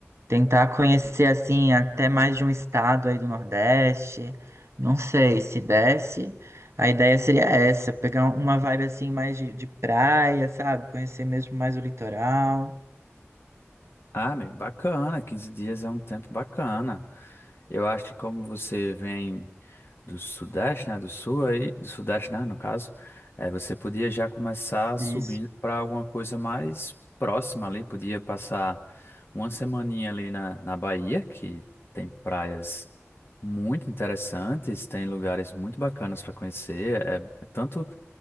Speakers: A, on the right; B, on the left.
A: tentar conhecer assim até mais de um estado aí do Nordeste, não sei se desse, a ideia seria essa, pegar uma vibe assim mais de, de praia, sabe? Conhecer mesmo mais o litoral.
B: Ah, amigo, bacana, 15 dias é um tempo bacana. Eu acho que como você vem do Sudeste, né, do Sul aí, do Sudeste, né, no caso, é, você podia já começar subindo
A: Isso.
B: para alguma coisa mais próxima ali, podia passar uma semaninha ali na, na Bahia, que tem praias muito interessantes, tem lugares muito bacanas para conhecer, é, é tanto